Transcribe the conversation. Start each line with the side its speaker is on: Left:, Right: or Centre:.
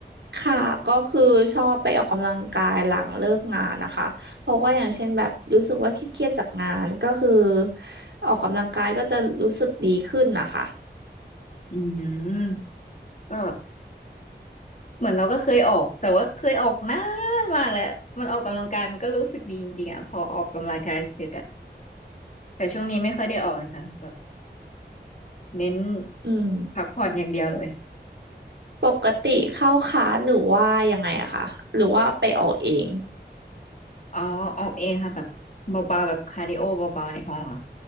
Right: ค่ะก็คือชอบไปออกกำลังกายหลังเลิกงานนะคะเพราะว่าอย่างเช่นแบบรู้สึกว่าเครียดๆจากงานก็คือออกกำลังกายก็จะรู้สึกดีขึ้นนะคะ
Left: อืมก็เหมือนเราก็เคยออกแต่ว่าเคยออกนานมากแล้วมันออกกำลังกายมันก็รู้สึกดีจริงๆอ่ะพอออกกำลังกายเสร็จอะแต่ช่วงนี้ไม่ค่อยได้ออกนะคะแบบเน้น
Right: อืม
Left: พักผ่อนอย่างเดียวเลย
Right: ปกติเข้าคลาสหรือว่ายังไงอะคะหรือว่าไปออกเอง
Left: อ๋อออกเองค่ะแบบเบาๆแบบคาร์ดิโอเบาๆในห้องอะ